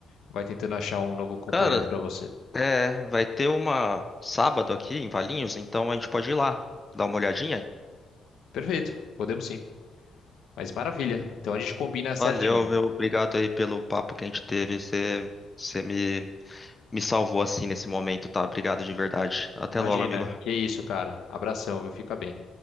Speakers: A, on the left (about 70°); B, on the left (about 15°).
A: vai tentando achar um novo companheiro
B: Cara,
A: para você.
B: é, vai ter uma sábado aqui em Valinhos, então a gente pode ir lá, dar uma olhadinha.
A: Perfeito, podemos sim. Mas maravilha. Então a gente combina certinho.
B: Valeu, meu, obrigado aí pelo papo que a gente teve. Você, você me me salvou assim nesse momento, tá? Obrigado de verdade. Até
A: Imagina,
B: logo, amigo.
A: que isso, cara. Abração, viu? Fica bem.